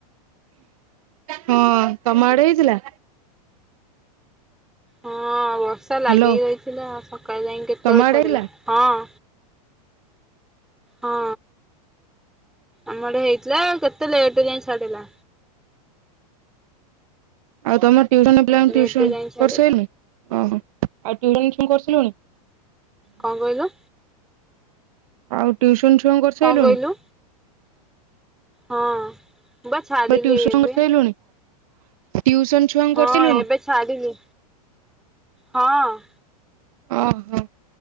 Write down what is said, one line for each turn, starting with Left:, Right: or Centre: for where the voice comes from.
Right: ହଁ ତମ ଆଡେ ହେଇଥିଲା?
Centre: ହଁ ବର୍ଷା ଲାଗି
Right: ହ୍ୟାଲୋ
Centre: ରହିଥିଲା ସକାଳେ ଯାଇକି କେତେବେଳେ
Right: ତମ ଆଡେ
Centre: ଛଡିଲା
Right: ହେଇଥିଲା?
Centre: ହଁ। ହଁ ଆମ ଆଡେ ହେଇଥିଲା ଏ ଲଠ ଯ ଚାାଡ଼ିଲ।
Right: ଆଉ ତମର ଟ୍ୟୁସନ ପ୍ିଲମ
Centre: ଲେଟରେ
Right: ଟ୍ୟୁସନ
Centre: ଯାଇ ଛାଡେ
Right: କରି ସାରିଲୁଣି? ଓହୋ ଆଉ ଟ୍ୟୁସନୁସନ କରିିଲୁଣି?
Centre: କଣ କହିଲ?
Right: ଆଉ ଟଟିଉସନ ଚୁଆ କରିସାରିଲୁଣି?
Centre: କଣ କହିଲୁ ହଁ ବ ଛାଡିଲି
Right: ଟିଉସନ
Centre: ଏବେ
Right: କରିସାରିଲୁଣି? ଟିଉସନ ଛୁଆଙ୍କୁ
Centre: ହଁ
Right: କରିସାରିଲୁଣି?
Centre: ଏବେ ଛାଡିଲି ହଁ।
Right: ଓହୋ